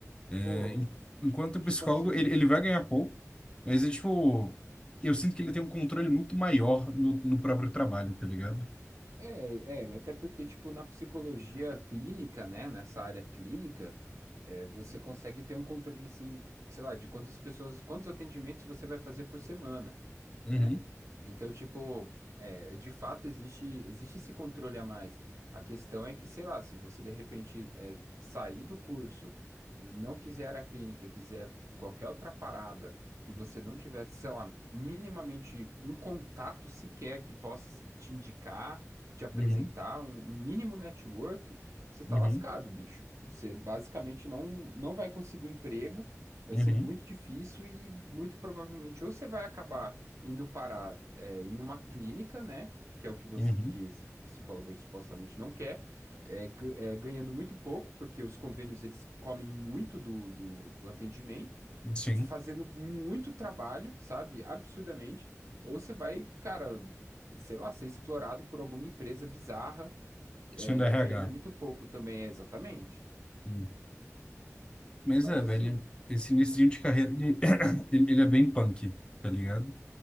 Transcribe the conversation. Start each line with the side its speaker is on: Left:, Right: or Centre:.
Left: É,
Right: Pô,
Left: en- enquanto
Right: ti-
Left: o psicólogo,
Right: tipo assim.
Left: ele, ele vai ganhar pouco, mas é tipo, eu sinto que ele tem um controle muito maior no, no próprio trabalho, tá ligado?
Right: É, é, até porque, tipo, na psicologia clínica, né, nessa área clínica, é, você consegue ter um controle, assim, sei lá, de quantas pessoas, quantos atendimentos você vai fazer por semana,
Left: Uhum,
Right: né? Então, tipo, é, de fato existe, existe esse controle a mais. A questão é que, sei lá, se você de repente é, sair do curso, não quiser a clínica, quiser qualquer outra parada, e você não tiver, sei lá, minimamente um contato sequer que possa te indicar te apresentar
Left: uhum,
Right: um, um mínimo network, você tá
Left: uhum.
Right: lascado, bicho. Você basicamente não, não vai conseguir emprego, vai
Left: Uhum,
Right: ser muito difícil e muito provavelmente ou você vai acabar indo parar é, em uma clínica, né? Que é o que você,
Left: uhum.
Right: o que esse psicólogo aí supostamente não quer, é, ga- é, ganhando muito pouco, porque os convênios eles comem muito do, do do atendimento
Left: Sim,
Right: fazendo muito trabalho, sabe? Absurdamente. Ou você vai, cara, sei lá, ser explorado por alguma empresa bizarra, é,
Left: sim, do RH.
Right: ganhando muito pouco também, é exatamente.
Left: Hum. Mas
Right: Mas
Left: é, velho,
Right: assim,
Left: esse início de carreira, ele, <coughs> <clears throat> ele, ele é bem punk, tá ligado?